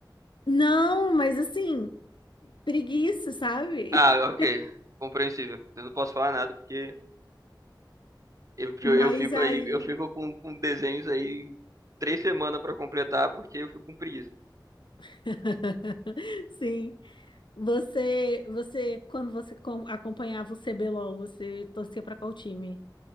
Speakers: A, on the left; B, on the right.
A: não, mas assim, preguiça, sabe?
B: Ah,
A: <laughs>
B: ok. Compreensível. Eu não posso falar nada porque eu, porque
A: Mas
B: eu eu fico
A: aí,
B: aí, eu fico com, com desenhos aí três semanas pra completar porque eu fico com preguiça.
A: <laughs> sim. Você, você, quando você com- acompanhava o CBLOL, você torcia para qual time?